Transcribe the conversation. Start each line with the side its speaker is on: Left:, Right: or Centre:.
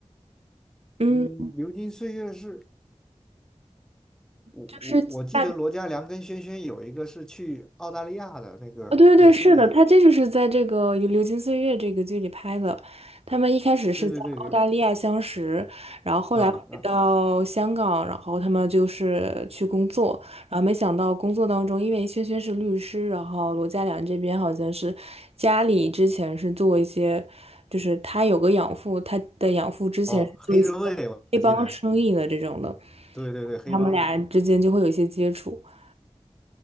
Right: 嗯，
Centre: 嗯，流金岁月是我我我记得罗嘉良跟轩轩有一个是去澳大利亚的那个，
Right: 就是大啊，对对对，
Centre: 也是也
Right: 是的，他这就是在这个《流流金岁月》这个剧里拍的。他们一开始是在澳大利亚相识，
Centre: 对对对对
Right: 然后后来回到香港，
Centre: 啊、然
Right: 然后他们就是去工作，然后没想到工作当中，因为轩轩是律师，然后罗嘉良这边好像是家里之前是做一些，就是他有个养父，他的养父之前是做一些
Centre: 哦黑社会我我记得
Right: 黑帮生意的这种的，
Centre: 对对对黑帮的，
Right: 他们俩之间就会有一些接触。<laughs>